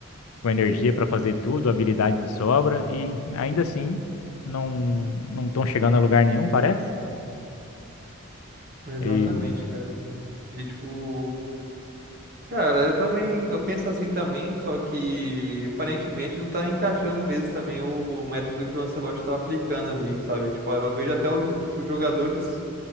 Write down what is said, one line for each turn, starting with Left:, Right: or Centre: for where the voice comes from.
Left: com energia para fazer tudo, habilidade de sobra, e ainda assim não não estão chegando a lugar nenhum, parece.
Right: Exatamente,
Left: E
Right: cara. E, tipo, Cara, eu também, eu penso assim também, só que aparentemente não tá encaixando mesmo também o, o método que o Ancelotti tá aplicando ali, sabe? Tipo, eu vejo até os, os jogadores,